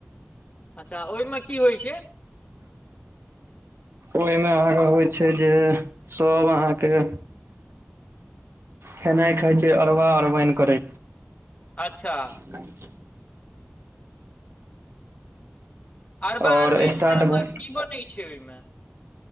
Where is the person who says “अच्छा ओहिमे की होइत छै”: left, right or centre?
Left